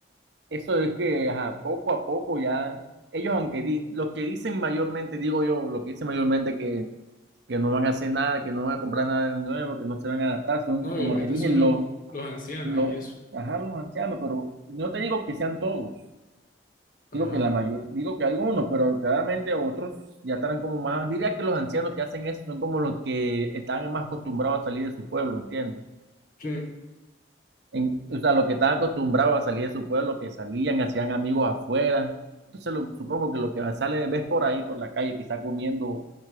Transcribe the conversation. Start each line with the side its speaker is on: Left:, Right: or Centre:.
Right: eso es que ajá, poco a poco ya, ellos aunque di, los que dicen mayormente, digo yo, lo que dicen mayormente que, que no van a hacer nada, que no van a comprar nada de nuevo, que no se van a adaptar, son
Left: no,
Right: como
Left: obviamente
Right: te dije,
Left: son
Right: los,
Left: los, los ancianos
Right: los,
Left: y eso.
Right: ajá, los ancianos, pero no te digo que sean todos,
Left: Ajá.
Right: digo que la mayor, digo que algunos, pero claramente otros ya estarán como más, diría que los ancianos que hacen eso son como los que están más acostumbrados a salir de su pueblo, ¿entiendes?
Left: Sí.
Right: en, o sea, los que estaban acostumbrados a salir de su pueblo, que salían, hacían amigos afuera. Entonces lo- supongo que lo que sale, ves por ahí, por la calle, quizá comiendo,